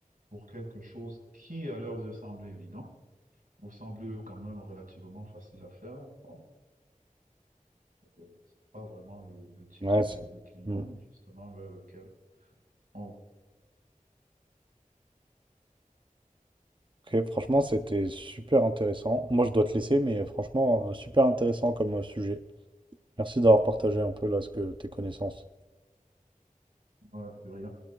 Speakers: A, on the right; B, on the right.
A: pour quelque chose qui, à leurs yeux, semble évident ou semble quand même relativement facile à faire. Bon, euh, c'est pas vraiment le, le type
B: Ouais,
A: de,
B: c'est-
A: de client,
B: Mm.
A: justement, vers lequel on
B: Ok, franchement, c'était super intéressant. Moi, je dois te laisser, mais euh, franchement, euh, super intéressant comme euh, sujet. Merci d'avoir partagé un peu là ce que tes connaissances.
A: va de rien.